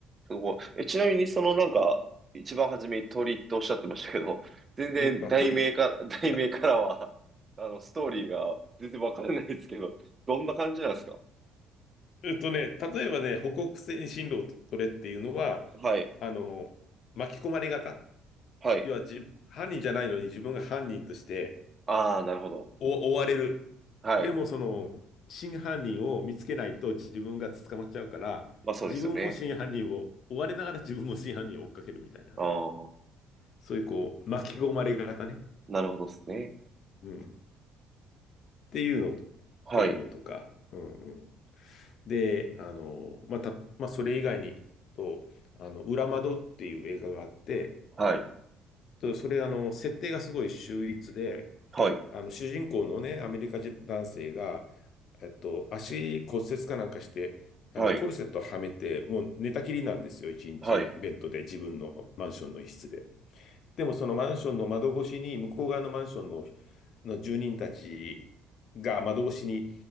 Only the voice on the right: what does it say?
すごい。え、ちなみに、そのなんか、一番初めに鳥とおっしゃってましたけど、<laughs> 全然題名から、
<laughs> 題名からは、
あの、ストーリーが全然わからないですけど、どんな感じなんですか
はい、
はい。
ああ、なるほど。
はい。
まあそうですよね。
ああ、
なるほどですね。
はい、
はい、
はい、
はい、
はい。